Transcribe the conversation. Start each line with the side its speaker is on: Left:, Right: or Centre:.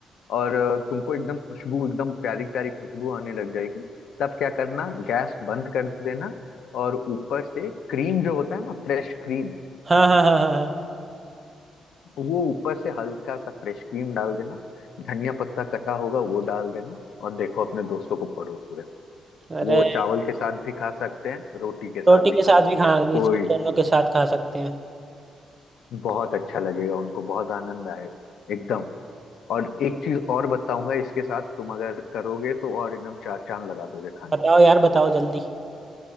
Left: और अ, तुमको एकदम खुशबू एकदम प्यारी प्यारी खुशबू आने लग जाएगी तब क्या करना गैस बंद कर देना और ऊपर से क्रीम जो होता है ना फ्रेश क्रीम
Right: हाँ हाँ हाँ हाँ
Left: तो वो ऊपर से हल्का सा फ्रेश क्रीम डाल देना धनिया पत्ता कटा होगा वो डाल देना और देखो अपने दोस्तों को परोस देना
Right: हाँ अरे
Left: वो चावल के साथ भी खा सकते हैं रोटी के साथ
Right: रोटी
Left: भी
Right: के
Left: खा
Right: साथ
Left: सकते
Right: भी खा
Left: हैं कोई
Right: इसको दोनों के साथ खा सकते हैं
Left: बहुत अच्छा लगेगा उनको बहुत आनंद आएगा एकदम और एक चीज और बताऊंगा इसके साथ तुम अगर करोगे तो और एकदम चार चांद लगा दोगे खाना
Right: बताओ यार बताओ जल्दी